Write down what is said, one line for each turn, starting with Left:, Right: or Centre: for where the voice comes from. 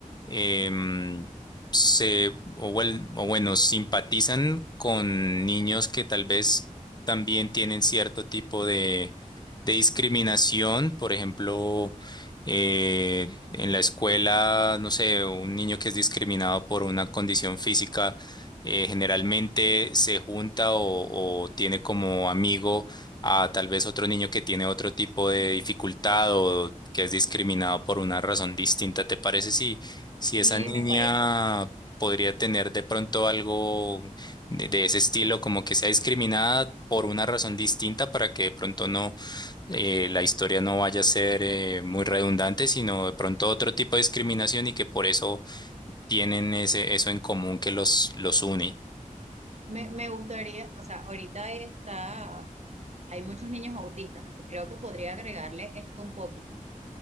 Left: em, se, o, wel- o bueno, simpatizan con niños que tal vez también tienen cierto tipo de, de discriminación. Por ejemplo, eh, en la escuela, no sé, un niño que es discriminado por una condición física, eh, generalmente se junta o o tiene como amigo a tal vez otro niño que tiene otro tipo de dificultad o que es discriminado por una razón distinta. ¿Te parece si, si esa
Right: Sí,
Left: niña
Right: me parece.
Left: podría tener de pronto algo de, de ese estilo, como que sea discriminada por una razón distinta para que de pronto no eh, la historia no vaya a ser eh, muy redundante, sino de pronto otro tipo de discriminación y que por eso tienen ese, eso en común que los, los une?
Right: Me, me gustaría, o sea, ahorita está, hay muchos niños autistas, creo que podría agregarle esto un poco